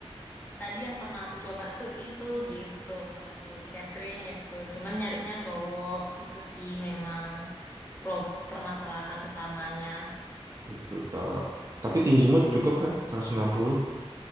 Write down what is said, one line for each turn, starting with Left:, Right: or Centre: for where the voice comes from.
Left: tadi yang pernah aku coba tuh itu gitu. Catering itu. Cuman nyarinya cowok. Itu sih memang pro permasalahan utamanya.
Right: itu kalau tapi tinggimu cukup kan seratus enam puluh